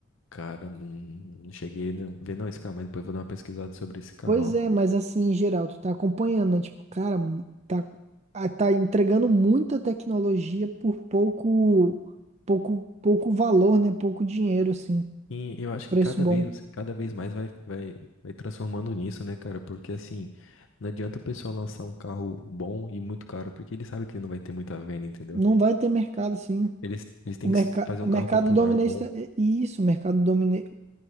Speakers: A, on the left (about 65°); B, on the right (about 30°).
A: Cara, não, não cheguei a ver não esse carro, mas depois eu vou dar uma pesquisada sobre esse carro,
B: Pois é,
A: ó.
B: mas assim, em geral, tu tá acompanhando, né? Tipo, cara, mu- tá, ah, tá entregando muita tecnologia por pouco, pouco, pouco valor, né? Pouco dinheiro, assim.
A: E eu acho
B: Preço
A: que cada
B: bom.
A: vez, cada vez mais vai, vai, vai transformando nisso, né, cara? Porque assim, não adianta o pessoal lançar um carro bom e muito caro, porque ele sabe que ele não vai ter muita venda, entendeu?
B: Não vai ter mercado, assim.
A: Eles, eles têm
B: O, merca,
A: que fazer
B: o
A: um
B: mercado
A: carro popular
B: dominante.
A: bom.
B: tá- e- e Isso, o mercado dominante.